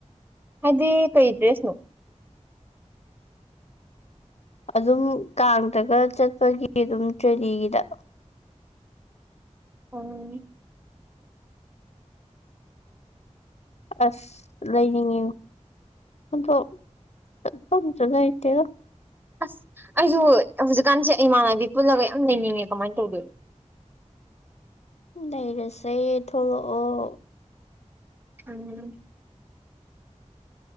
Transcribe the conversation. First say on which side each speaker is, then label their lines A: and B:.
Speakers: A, on the right; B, on the left.
A: ꯍꯥꯏꯗꯤ ꯀꯩ ꯗ꯭ꯔꯦꯁꯅꫭ
B: ꯑꯗꯨꯝ ꯀꯥꯡꯗꯒ ꯆꯠꯄꯒꯤ ꯑꯗꯨꯝ ꯇ꯭ꯔꯥꯗꯤꯒꯤꯗ
A: ꯎꯝ
B: ꯑꯁ ꯂꯩꯅꯤꯡꯉꯤꯉꯦ ꯑꯗꯣ ꯑꯗꯨꯝ ꯁꯨ ꯂꯩꯇꯦꯗ
A: ꯑꯁ ꯑꯩꯁꯨ ꯍꯧꯖꯤꯛꯀꯥꯟꯁꯦ ꯏꯃꯥꯟꯅꯕꯤ ꯄꯨꯜꯂꯒ ꯌꯥꯝ ꯂꯩꯅꯤꯡꯉꯦ ꯀꯃꯥꯏ ꯇꯧꯗꯣꯏꯅꯣ
B: ꯂꯩꯔꯁꯦ ꯊꯣꯛꯂꯛꯑꯣ
A: ꯎꯝ꯫